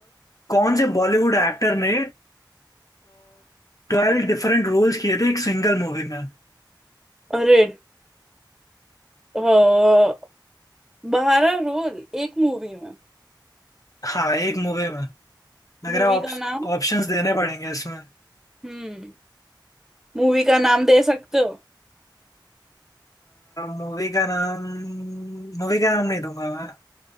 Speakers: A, on the left (about 45°); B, in the centre.
A: कौन से बॉलीवुड एक्टर ने ट्वेल्व डिफरेंट रोल्स किए थे एक सिंगल मूवी में
B: अरे अ, बहारा रोल एक मूवी में
A: हाँ एक मूवी में लग
B: मूवी
A: रहा है
B: का नाम
A: ऑप्शंस देने पड़ेंगे इसमें
B: हम्म मूवी का नाम दे सकते हो
A: मूवी का नाम मूवी का नाम नहीं दूंगा मैं